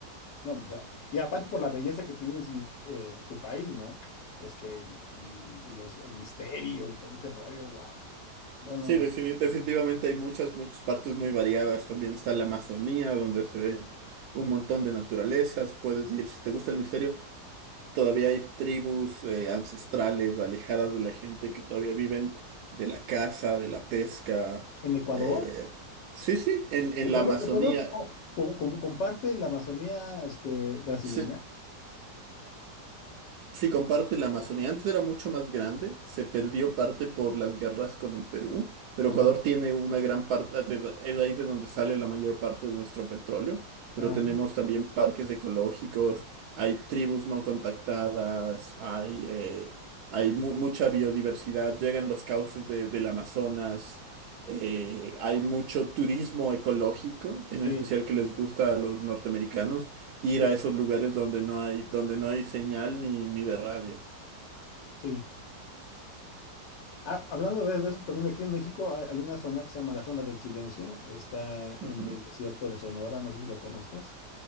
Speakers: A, on the left; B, on the right.
A: No, o sea, y aparte por la belleza que tiene en sí, eh, tu país, ¿no? Este, y, y los, el misterio y todo ese rollo, wow. No, no,
B: sí,
A: no.
B: defini- definitivamente hay muchas, muchas partes muy variadas. También está la Amazonía, donde se ve un montón de naturalezas. Puedes ir, si te gusta el misterio, todavía hay tribus eh, ancestrales alejadas de la gente que todavía viven de la caza, de la pesca.
A: En Ecuador,
B: eh, Sí, sí, en, en
A: Ecuador,
B: la Amazonía.
A: Ecuador co- com- com- comparte la Amazonía, este, brasileña.
B: Sí. Sí, comparte la Amazonía. Antes era mucho más grande, se perdió parte por las guerras con el Perú, pero
A: Ajá,
B: Ecuador tiene una gran parte, de- es ahí de donde sale la mayor parte de nuestro petróleo, pero
A: ajá.
B: tenemos también parques ecológicos, hay tribus no contactadas, hay, eh, hay mu- mucha biodiversidad, llegan los cauces de- del Amazonas, eh, hay mucho turismo ecológico, en
A: Sí,
B: especial que les gusta a los norteamericanos ir
A: sí,
B: a esos lugares donde no hay, donde no hay señal ni, ni de radio.
A: sí. Ah, hablando de, de eso, también aquí en México hay, hay una zona que se llama la zona del silencio. Está en
B: Ujú.
A: el desierto de Sonora, no sé si lo conozcas.